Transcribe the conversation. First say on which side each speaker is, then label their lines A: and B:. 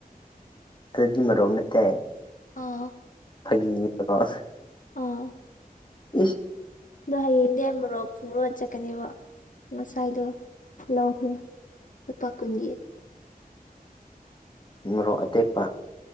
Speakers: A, on the left; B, on the left.
A: ꯑꯗꯨꯗꯤ ꯃꯣꯔꯣꯛ ꯅꯠꯇꯦ
B: ꯑꯥ
A: ꯐꯥꯒꯤꯒꯤ ꯃꯣꯔꯣꯛ
B: ꯑꯥ
A: ꯏꯁ
B: ꯑꯗꯣ ꯍꯌꯦꯡꯗꯤ ꯑꯩ ꯃꯣꯔꯣꯛ ꯄꯨꯔꯒ ꯆꯠꯀꯅꯦꯕ ꯉꯁꯥꯏꯗꯣ ꯂꯧꯈ꯭ꯔꯦ ꯂꯨꯄꯥ ꯀꯨꯟꯒꯤ
A: ꯃꯣꯔꯣꯛ ꯑꯇꯦꯛꯄ